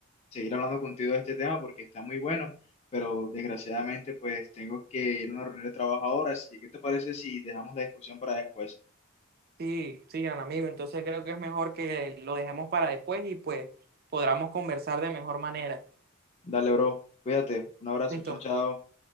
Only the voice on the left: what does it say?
seguir hablando contigo de este tema porque está muy bueno, pero desgraciadamente pues tengo que ir a una reunión de trabajo ahora, así que ¿qué te parece si dejamos la discusión para después?
Dale, bro, cuídate, un abrazo,
chao, chao.